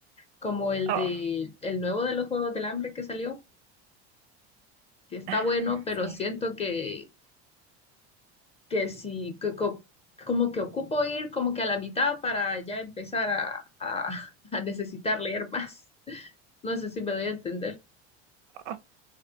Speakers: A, on the left; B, on the right.
A: como el
B: Oh,
A: de el nuevo de los Juegos del Hambre que salió, que está
B: ah,
A: bueno, pero
B: sí.
A: siento que que si, que co- como que ocupo ir como que a la mitad para ya empezar a, a- <laughs> a necesitar leer más. <laughs> No sé si me doy a entender.
B: Oh,